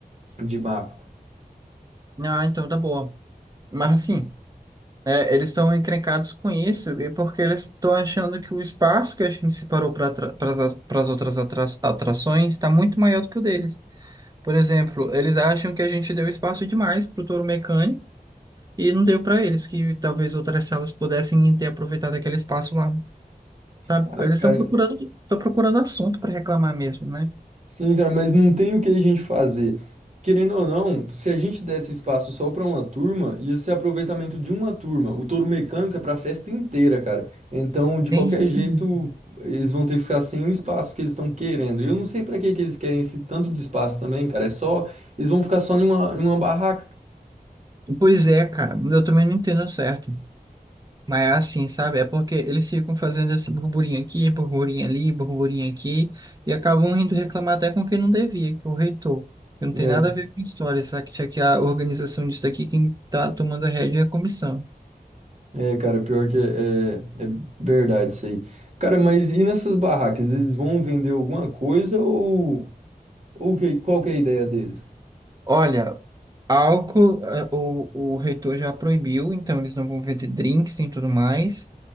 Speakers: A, on the right; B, on the right.
A: de mapa.
B: ah, então tá boa. Mas assim, é, eles estão encrencados com isso e porque eles estão achando que o espaço que a gente separou para as outras atra- atrações está muito maior do que o deles. Por exemplo, eles acham que a gente deu espaço demais para o touro mecânico E não deu para eles que talvez outras salas pudessem ter aproveitado aquele espaço lá, sabe?
A: Ah,
B: Eles estão
A: cara,
B: procurando, estão procurando assunto para reclamar mesmo, né?
A: Sim, cara, mas não tem o que a gente fazer. Querendo ou não, se a gente desse espaço só para uma turma, ia ser aproveitamento de uma turma. O touro mecânico é para a festa inteira, cara. Então, de
B: Tem
A: qualquer
B: isso
A: jeito,
B: mesmo.
A: eles vão ter que ficar sem o espaço que eles estão querendo. E eu não sei para que que eles querem esse tanto de espaço também, cara. É só, eles vão ficar só em uma, em uma barraca.
B: Pois é, cara, eu também não entendo certo. Mas é assim, sabe? É porque eles ficam fazendo esse burburinho aqui, burburinho ali, burburinho aqui, e acabam indo reclamar até com quem não devia, que é o reitor. Que não
A: né
B: tem nada a ver com história, sabe? Já que a organização disso daqui, quem tá tomando a rédea é a comissão.
A: é, cara, pior que é, é, é verdade isso aí. Cara, mas e nessas barracas? Eles vão vender alguma coisa ou, ou que, qual que é a ideia deles?
B: Olha, Álcool, eh, o, o reitor já proibiu, então eles não vão vender drinks e tudo mais.